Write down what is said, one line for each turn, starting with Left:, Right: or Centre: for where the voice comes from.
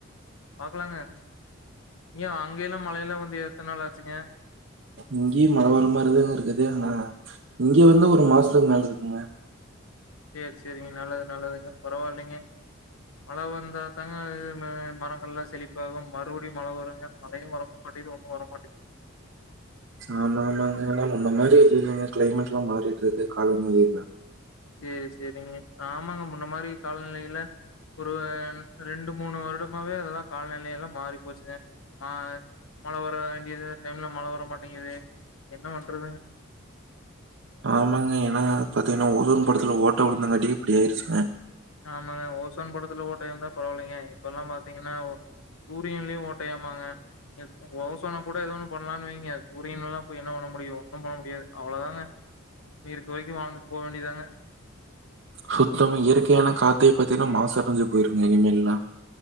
Left: பாக்கலாங்க இங்கயு அங்கல்லாம் மழையெல்லா வந்து எத்த நாள் ஆச்சுங்க
Right: இங்கேயு மழை வர மாரிதாங்க இருக்குது ஆனா இங்க வந்து ஒரு மாசத்துக்கு மேல இருக்குங்க
Left: சேரி சேரிங்க நல்லது நல்லதுங்க பரவாயில்லைங்க மழை வந்தா தாங்க இது மரங்கள் எல்லாம் செழிப்பாகும் மறுபடியு மழை வருங்க மழையும் வர மாட்டேங்குது ஒண்ணும் வரமாட்டேங்குது
Right: ஆமா ஆமாங்க ஏன்னா முன்ன மாதிரி இங்க கிளைமேட் எல்லாம் மாறிட்டு இருக்கு காலநிலை
Left: சேரி சேரிங்க ஆமாங்க முன்ன மாரி காலநிலையில ஒரு ரெண்டு மூணு வருடமாவே அதெல்லா கலநிலையெல்லா மாறி போச்சுங்க மா மழை வர வேண்டியது டைம்ல மழை வரமாட்டேங்குது என்ன பண்றதுங்க
Right: ஆமாங்க ஏன்னா பாத்தீங்கன்னா ஓசோன் படலத்துல ஓட்ட விழுந்தங்காட்டி இப்படியாயிருச்சுங்க
Left: ஆமாங்க ஓசோன் படலத்துல ஓட்டையாருந்தா பரவாயில்லைங்க இப்பல்லாம் பாத்தீங்கன்னா சூரியன்லயும் ஓட்டையா மாங்க ஓசனை கூட எது ஒண்ணு பண்ணலான்னு வைங்க சூரியன் எல்லாம் போய் என்ன பண்ண முடியும் ஒன்னும் பண்ண முடியாது அவ்ளோதாங்க இ இருக்கு வரைக்கும் வாழ்ந்துட்டு போ வேண்டியதாங்க
Right: சுத்தம் இயற்கையான காத்தையே பாத்தீங்கன்னா மாசு அடைஞ்சு போயிருங்க இனிமே எல்லா